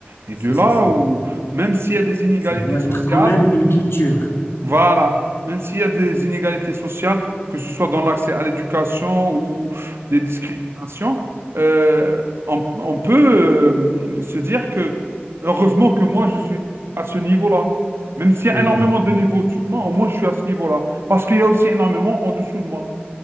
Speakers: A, on the right (about 80°); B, on the left (about 75°).
A: Et
B: C'est
A: de là
B: c'est- c'est
A: où,
B: vrai.
A: même s'il y a des inégalités
B: Ça doit
A: sociales,
B: être quand même une culture.
A: voilà. Même s'il y a des inégalités sociales, que ce soit dans l'accès à l'éducation ou des discriminations, euh, on, on peut euh, se dire que heureusement que moi, je suis à ce niveau-là. Même s'il y
B: Ouais,
A: a énormément de niveaux au-dessus de moi, au moins je suis à ce niveau-là. Parce qu'il y a aussi énormément en dessous de moi.